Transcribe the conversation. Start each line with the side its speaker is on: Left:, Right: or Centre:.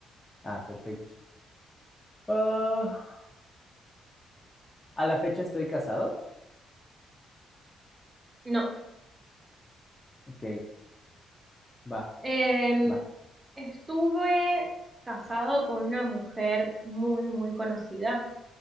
Left: Ah, perfecto. Ah, a la fecha estoy casado.
Right: no.
Left: Ok, va,
Right: Em,
Left: va.
Right: estuve casado con una mujer muy, muy conocida.